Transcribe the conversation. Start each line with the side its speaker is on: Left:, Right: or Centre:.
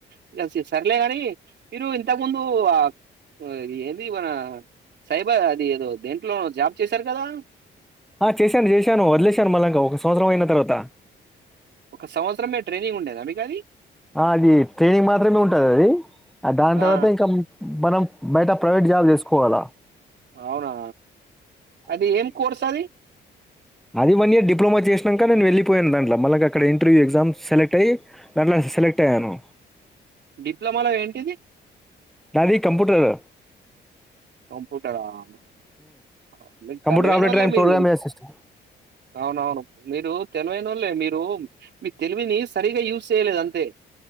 Right: ఇంక సర్లే కాని మీరు ఇంతకు ముందు ఆహ్ ఏంది మన సైబర్ అది ఏదో దేంట్లో జాబ్ చేశారు కదా.
Centre: ఆ చేశాను చేశాను వదిలేశాను మళ్ళాంక ఒక సంవత్సరం అయిన తర్వాత
Right: ఒక సంవత్సరం మీము ట్రైనింగ్ ఉండేన మీకది
Centre: ఆ అది ట్రైనింగ్ మాత్రమే ఉంటది అది దాని తర్వాత
Right: ఆ,
Centre: ఇంకా మనం బయట ప్రైవేట్ జాబ్ చేసుకోవాలా
Right: అవునా అది ఏం కోర్స్ అది
Centre: అది వన్ ఇయర్ డిప్లలోమా చేసినాక నేను వెళ్ళిపోయాను దాంట్ల మళ్ళకి అక్క ఇంటర్్యూ ఎగ్జమ్ సెలెక్ట్ అయ్యి దాంట్ల సెలెక్ట్ అయ్యాను
Right: డిప్లొమాలో ఏంటిది
Centre: నాది కంప్యూటర్
Right: కంప్యూటర్ ఆ
Centre: కంప్యూటర్
Right: తెలవైన
Centre: ఆపరేటర్
Right: వాళ్ళే
Centre: అండ్
Right: మీరు
Centre: ప్రోగ్రామ్ అసిస్టెంట్
Right: అవునవును మీరు తెలివైన వాళ్లే మీరు మీ తెలివిని సరిగా యూజ్ చేయలేదు అంతే